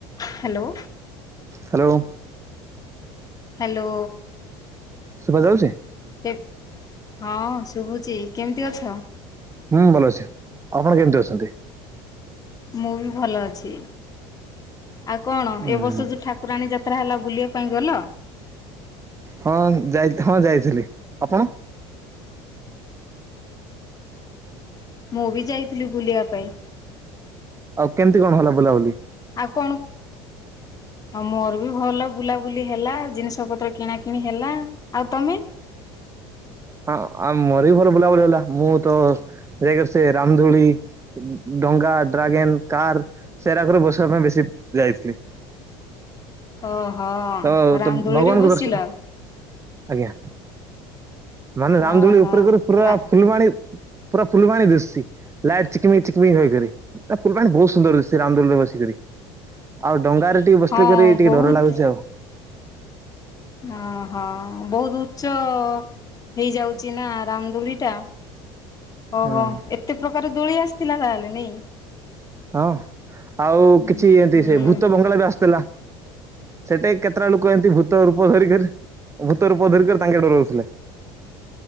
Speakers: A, on the left; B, on the right.
A: Hello.
B: Hello.
A: Hello.
B: ଶୁଭା ଯାଉଛି।
A: କେ ହଁ ଶୁଭୁଛି କେମିତି ଅଛ।
B: ମୁଁ ଭଲ ଅଛି ଆପଣ କେମିତି ଅଛନ୍ତି।
A: ମୁଁ ବି ଭଲ ଅଛି ଆଉ କଣ
B: ହୁଁ
A: ଏ ବର୍ଷ ଯୋଉ ଠାକୁ ରାଣି ଯାତ୍ରା ହେଲା ବୁଲିବା ପାଇଁ ଗଲ।
B: ହଁ ଯାଇ ହଁ ଯାଇଥିଲି ଆପଣ।
A: ମୁଁ ବି ଯାଇଥିଲି ବୁଲିବା ପାଇଁ।
B: ଆଉ କେମିତି କଣ ହେଲା ବୁଲାବୁଲି।
A: ଆଉ କଣ। ହଁ ମୋର ବି ଭଲ ରେ ବୁଲାବୁଲି ହେଲା ଜିନିଷ ପତ୍ର କିଣା କିିଣି ହେଲା। ଆଉ ତମେ।
B: ହଁ ଆଉ ମୋର ବି ଭଲ ବୁଲାବୁଲି ହେଲା ମୁଁ ତ ଯାଇକି ସେ ରାମ ଦୁଳି। ଡଙ୍ଗା ଡ୍ରାଗେନ କାର୍ ସେରାକରେ ବସିବା ପାଇଁ ବେଶି ଯାଇଥିଲି।
A: ଓହୋ
B: ତ
A: ରାମ
B: ତ
A: ଦୁଳିରେ
B: ଭଗବାନଙ୍କୁ
A: ବସିଲ।
B: ଦର୍ଶ ଆଜ୍ଞା। ମାନେ ରାମ
A: ଓହୋ
B: ଦୁଳି ଉପରେ କରେ ପୁରା
A: ରା
B: ଫୁଲବାଣୀ। ପୁରା ଫୁଲବାଣି ଦିଶୁଛି ଲାଇଟ ଚିକ୍ ମିକ୍ ଚିକ୍ ମିକ୍ ହେଇକରି ତା ଫୁଲବାଣି ବହୁତ ସୁନ୍ଦର ଦିସି ଛି ରାମଦୋଳିରେ ବସିକରି ଆଉ ଡଙ୍ଗାରେ ଟିକେ ବସି
A: ହଁ
B: ଥେ କିରି ଟିକେ
A: ବହୁତ
B: ଡର ଲାଗୁଛି ଆଉ।
A: ଓହୋ ବହୁତ ଉଚ୍ଚ ହେଇଯାଉଛି ନା ରାମଦୁଳି ଟା। ଓହୋ
B: ହୁଁ
A: ଏତେ ପ୍ରକାର ଦୋଳି ଆସିଥିଲା ତାହେଲେ ନେଇ।
B: ହଁ ଆଉ
A: ହୁଁ
B: କିଛି ଏଁତି
A: ହୁଁ
B: ସେ ଭୂତ ବଙ୍ଗଳା ବି ଆସିଥିଲା ସେଟା ବି କେ କେତ ଟା ଲୋକ ଏ‌ଁ ତି ଭୂତ ରୂପ ଧରିିକରି ଭୂତ ରୂପ ଧରିକରି ତାଙ୍କେ ଡରଉଥିଲେ।